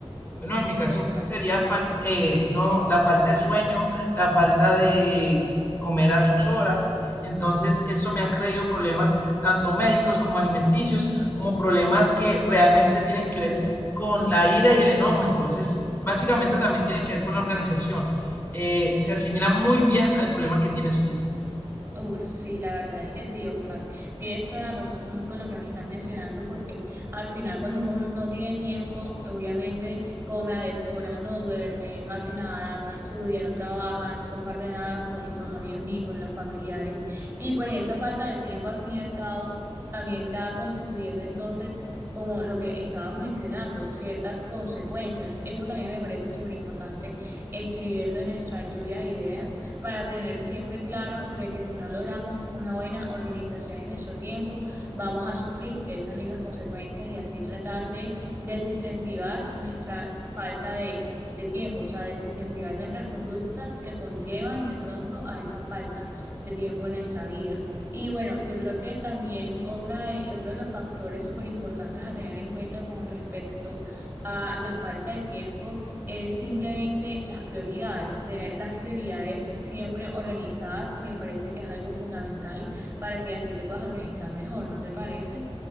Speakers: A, on the left; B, on the right.
A: Bueno, en mi caso
B: Cuéntame.
A: sería fal- eh, no, la falta de sueño, la falta de comer a sus horas. Entonces, eso me ha traído problemas tanto médicos como alimenticios, como problemas que realmente tienen que ver con la ira y el enojo. Entonces, básicamente también tiene que ver con la organización. Eh, se asimila muy bien al problema que tienes tú.
B: Uf, sí, la verdad es que sí, Oscar. Tienes toda la razón con lo con lo que me estás mencionando, porque al final cuando uno no tiene tiempo, obviamente come a deshora, no duerme, no hace nada, no estudia, no trabaja, no comparte nada con los amigos ni con los familiares. Y pues esa falta de tiempo al fin y al cabo también está constituyendo entonces, como lo que estabas mencionando, ciertas consecuencias. Eso también me parece súper importante escribirlo en nuestra lluvia de ideas para tener siempre claro de que si no logramos una buena organización en nuestro tiempo, vamos a sufrir de esas mismas consecuencias y así tratar de desincentivar nuestra falta de, de tiempo, o sea, desincentivar nuestras conductas que conllevan de pronto a esa falta de tiempo en nuestra vida. Y bueno, yo creo que también otra de, otro de los factores súper importantes a tener en cuenta con respecto a la falta de tiempo es simplemente las prioridades. Tener las prioridades siempre organizadas me parece que es algo fundamental para que así te puedas organizar mejor, ¿no te parece?